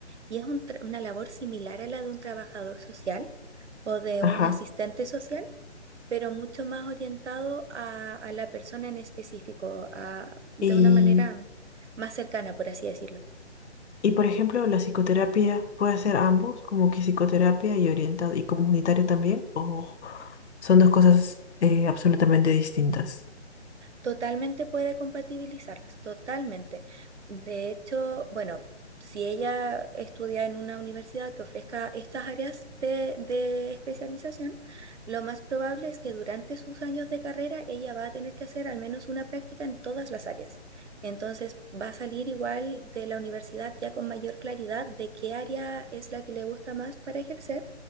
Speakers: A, on the right; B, on the left.
A: y es un tra- una labor similar a la de un trabajador social o de
B: Ajá.
A: un asistente social, pero mucho más orientado a, a la persona en específico, a- de
B: Y.
A: una manera más cercana, por así decirlo.
B: Y por ejemplo, la psicoterapia puede hacer ambos, como que psicoterapia y orientado y comunitario también, o son dos cosas eh, absolutamente distintas.
A: Totalmente puede compatibilizarlas, totalmente. De hecho, bueno, si ella estudia en una universidad que ofrezca estas áreas de, de especialización, lo más probable es que durante sus años de carrera ella va a tener que hacer al menos una práctica en todas las áreas. Entonces va a salir igual de la universidad ya con mayor claridad de qué área es la que le gusta más para ejercer.